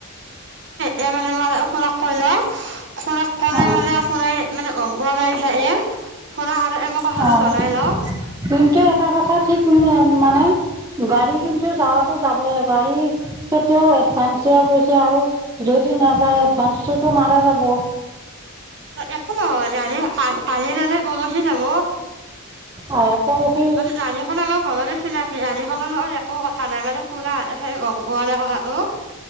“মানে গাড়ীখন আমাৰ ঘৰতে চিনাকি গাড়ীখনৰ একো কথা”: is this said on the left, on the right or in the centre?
Right